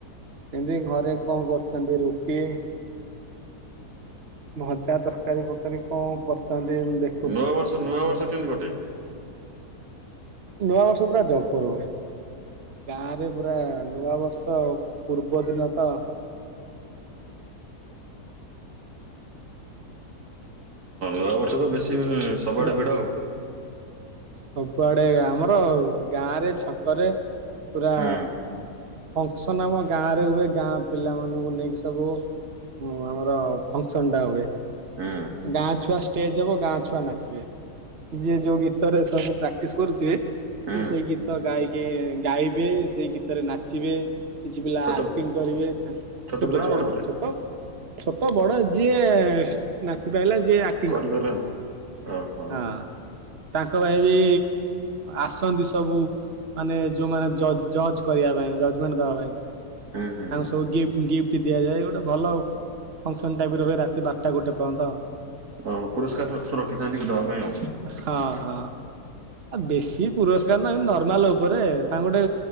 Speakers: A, on the right; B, on the right.
A: ସେମିତି ଘରେ କଣ କରୁଚନ୍ତି ରୁଟି ଭଜା ତରକାରୀ ଫରକାରୀ କଣ କରୁଚନ୍ତି ଦେଖ୍
B: ନୂଆବର୍ଷ- ନୂଆବର୍ଷ କେମିତି କଟେ?
A: ନୂଆବର୍ଷ ପୁରା ଜବର ହୁଏ। ଗାଁରେ ପୁରା ନୂଆ ବର୍ଷ ପୂର୍ବଦିନ ତ
B: ନୂଆ ବର୍ଷ ତ ବେଶୀ ସବୁଆଡେ
A: ପୁରା
B: ଭିଡ ଆଉ।
A: ସବୁଆଡେ ଆମର ଗାଁରେ ଛକରେ ପୁରା
B: ହୁଁ
A: ଫଙ୍କ୍ସନ୍ ଆମ ଗାଁ ରେ ହୁଏ ଗାଁ ପିଲାମାନଙ୍କୁ ନେଇକି ସବୁ ମୁଁ ଆମର ଫଙ୍କ୍ସନ୍ ଟା ହୁଏ।
B: ହୁଁ
A: ଗାଁ ଛୁଆ ଷ୍ଟେଜ୍ ହବ ଗାଁ ଛୁଆ ନାଚିବେ। ଯିଏ ଯଉ ଗୀତରେ ସବୁ ପ୍ରାକ୍ଟିସ୍ କରୁଥିବେ
B: ହୁଁ
A: ସିଏ ସେଇ ଗୀତ ଗାଇକି ଗାଇବେ ସେଇ ଗୀତରେ ନାଚିବେ। କିଛି ପିଲା
B: ଛୋଟ
A: ଆକ୍ଟିଂ କରିବେ। ଛୋଟ
B: ପିଲା ନା
A: ଛୁଆ
B: ବଡ
A: ହଁ
B: ପିଲା?
A: ଛୋଟ- ଛୋଟ ବଡ ଯିଏ ନାଚି ପାଇଲା ଯିଏ ଆକ୍
B: କରିିପାରିଲା ଓହୋ।
A: ହଁ ତାଙ୍କ ପାଇଁ ବି ଆସନ୍ତି ସବୁ ମାନେ ଯଉମାନେ ଜଜ୍- ଜଜ୍ କରିବା ପାଇଁ ଜଜମେଣ୍ଟ୍ ଦବା ପାଇଁ
B: ହୁଁ ହୁଁ
A: ତାଙ୍କୁ
B: ହୁଁ।
A: ସବୁ ଗିଫ୍ଟ୍ ଗିଫ୍ଟ୍ ଟି ଦିଆଯାଏ ଗୋଟେ ଭଲ ଫଙ୍କ୍ସନ୍ ଟାଇପ୍ ର ହୁଏ ରାତି ବାରଟା ଗୋଟେ ପର୍ଯ୍ୟନ୍ତ।
B: ଓ ପୁରସ୍କାର ସବୁ ରଖିଥାନ୍ତି ଦବା ପାଇଁ ଆଉ।
A: ହଁ ହଁ। ଆ ବେଶୀ ପୁରସ୍କାର ନା ଏ ନର୍ମାଲ୍ ଉପରେ ତାଙ୍କୁ ଗୋଟେ